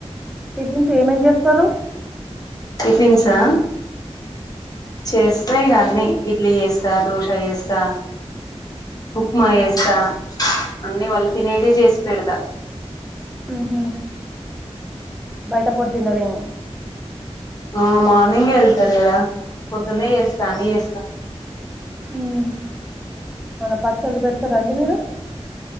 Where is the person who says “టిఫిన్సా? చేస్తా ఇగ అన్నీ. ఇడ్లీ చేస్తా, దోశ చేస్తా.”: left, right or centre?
Left